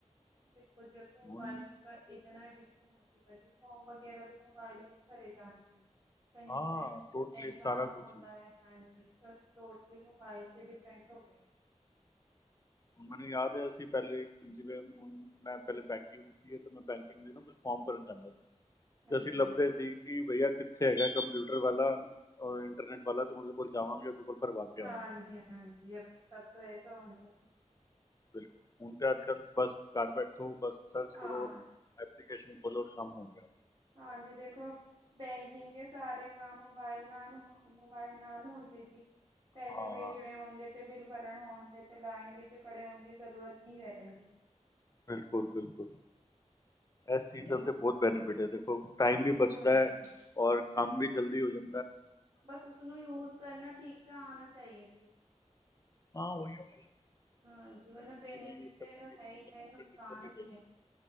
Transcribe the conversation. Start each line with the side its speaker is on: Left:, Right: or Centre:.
Right: ਦੇਖੋ ਜੀ ਅਬ ਤੋ ਮੋਬਾਈਲ
Left: ਹੁਣ
Right: ਇਤਨਾ ਐਡਿਕਸ਼ਨ ਹੋ ਚੁੱਕ ਫੋਰਮ ਵਗੈਰਾ ਵੀ ਮੋਬਾਇਲ ਵਿੱਚ ਭਰੇ ਜਾਂਦੇ ਨੇ ਕਹੀ
Left: ਹਾਂ,
Right: ਤੇ
Left: ਟੋਟਲੀ
Right: ਐਗਜ਼ਾਮ
Left: ਸਾਰਾ ਕੁਛ
Right: ਹੁੰਦਾ ਹੈ ਹਾਂਜੀ ਸਬ ਟੋਟਲੀ ਮੋਬਾਇਲ ਤੇ ਪੈਂਟ ਹੋ ਗਏ,
Left: ਹੁਣ ਮੈਨੂੰ ਯਾਦ ਹੈ ਅਸੀਂ ਪਹਿਲੇ ਜਿਵੇਂ ਹੁਣ ਮੈਂ ਪਹਿਲੇ ਬੈਂਕਿੰਗ ਕੀਤੀ ਹੈ ਅਤੇ ਮੈਂ ਬੈਂਕਿੰਗ ਦੀ ਨਾ ਕੁਛ ਫੋਰਮ ਭਰਨ ਜਾਂਦਾ ਸੀ।
Right: ਹਾਂਜੀ
Left: ਅਸੀਂ ਲੱਭਦੇ
Right: -ਹਾਂਜੀ,
Left: ਸੀ ਕਿ ਕਿੱਥੇ ਹੈਗਾ ਕੰਪਿਊਟਰ ਵਾਲਾ ਇੰਟਰਨੈਟ ਵਾਲਾ ਤੂੰ ਉਹਦੇ ਕੋਲ ਜਾਵਾਂਗੇ ਉਹਦੇ ਕੋਲ ਭਰਵਾ ਕੇ
Right: ਹਾਂਜੀ
Left: ਆਵਾਂਗੇ।
Right: ਹਾਂਜੀ ਤਬ ਤੋਂ ਐਸਾ ਹੁੰਦਾ ਸੀ।
Left: ਬਿਲਕੁਲ ਫੋਨ ਤੇੇ ਅੱਜ ਕੱਲ ਬਸ ਘਰ ਬੈਠ ਔ ਬਸ ਸਰਚ
Right: ਹਾਂ।
Left: ਕਰੋ ਐਪਲੀਕੇਸ਼ਨ, ਬਲ ਕੰਮ ਹੋ ਗਿਆ।
Right: ਹਾਂਜੀ ਦੇਖੋ ਬੈਂਕਿੰਗ ਕੇ ਸਾਰੇ ਕੰਮ, ਮੋਬਾਇਲ ਨਾਲ ਹੋ ਮੋਬਾਇਲ ਨਾਲ ਹੁੰਦੇ ਜੀ, ਪੈਸੇ
Left: ਹਾਂ,
Right: ਵੇਚਣੇ ਹੋਣ ਦੇ, ਤੇ ਬਿਲ ਭਰਨ ਹੋਣ ਦੇ ਤੇ ਲਾਈਨ ਵਿੱਚ ਖੜੇ ਹੋਣ ਦੀ ਜ਼ਰੂਰਤ ਨਹੀਂ ਰਹਿੰਦੀ।
Left: ਬਿਲਕੁਲ ਬਿਲਕੁਲ, ਇਸ ਚੀਜ਼ਾਂ
Right: ਦੇ-
Left: ਤੇ ਬਹੁਤ ਬੈਨੀਫਿਟ ਹੈ ਦੇਖੋ ਟਾਈਮ ਵੀ
Right: ਹਾਂਜੀ
Left: ਬਚਦਾ ਹੈ ਔਰ ਕੰਮ ਵੀ, ਜਲਦੀ ਹੋ ਜਾਵੇ।
Right: ਬਸ ਉਸਨੂੰ ਯੂਜ ਕਰਨਾ ਠੀਕ ਸ ਆਣਾ ਚਾਹੀਏ ਜੀ,
Left: ਹਾਂ ਉਹੀ ਗੱਲ,
Right: ਹਾਂਜੀ
Left: ਪਤਾ
Right: ਉਹ
Left: ਨਹੀਂ
Right: ਨਾ ਬੇਨੀਫਿਟ
Left: ਕਿਵੇਂ ਯੂਜ਼ ਕਰਨਾ,
Right: ਤਾਂ ਇਹ
Left: ਕਿਵੇਂ
Right: ਹੈ ਹੀ
Left: ਨਹੀਂ ਕਰਨਾ
Right: ਹੈ ਨੁਕਸਾਨ
Left: ਫਿਰ ਦਿੱਕਤ ਹੀ ਰਹੇਗੀ।
Right: ਵੀ ਹੈ